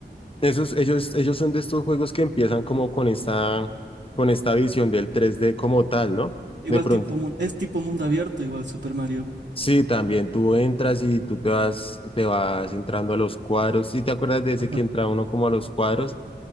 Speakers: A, on the left; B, on the right.
A: Esos, ellos, ellos son de estos juegos que empiezan como con esta, con esta visión del tres d como tal, ¿no?
B: Igual
A: De pronto.
B: tipo, mun- es tipo mundo abierto, igual Super Mario.
A: Sí, también tú entras y tú te vas, te vas entrando a los cuadros. ¿Sí te acuerdas de ese
B: Ajá.
A: que entra uno como a los cuadros?